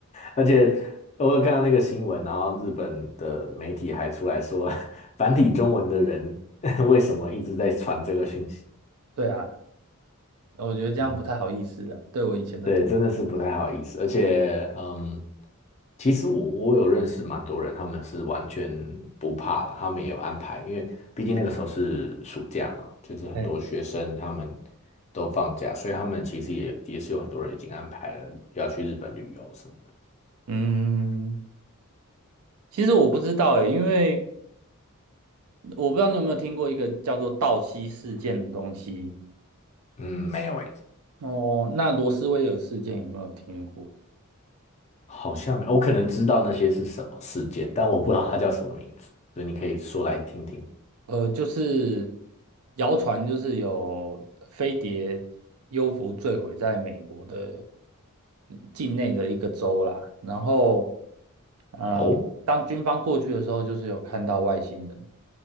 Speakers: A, on the left; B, on the right.
A: 而且我有看到那个新闻，然后日本的媒体还出来说，<laughs> 繁体中文的人 <laughs> 为什么一直在传这个讯息？
B: 对啊，我觉得这样不太好意思啊，
A: 嗯，
B: 对我以前的同事。
A: 对，真的是不太好意思，而且，嗯，其实我我有认识蛮多人，他们是完全不怕了，他们也有安排，因为毕竟那个时候是暑假嘛，就是很多学生他们
B: 哎，
A: 都放假，所以他们其实也也是有很多人已经安排了要去日本旅游什么的。
B: 嗯，其实我不知道哎，因为我不知道你有没有听过一个叫做道西事件的东西。
A: 嗯，没有，
B: 哦，那罗斯威尔事件有没有听过？
A: 好像没我可能知道那些是什么事件，但我不知道它叫什么名字，所以你可以说来听听。
B: 呃，就是谣传就是有飞碟幽浮坠毁在美国的境内的一个州啦，然后呃，
A: 哦，
B: 当军方过去的时候，就是有看到外星人。